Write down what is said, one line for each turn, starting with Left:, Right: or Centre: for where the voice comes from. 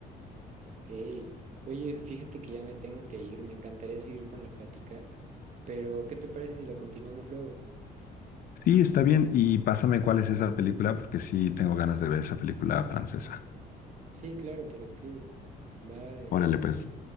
Right: Ok. Oye, fíjate que ya me tengo que ir, me encantaría seguir con la plática, pero ¿qué te parece si la continuamos luego?
Left: Sí, está bien, y pásame cuál es esa película, porque sí tengo ganas de ver esa película francesa.
Right: Sí, claro, te la escribo. Bye.
Left: Órale, pues.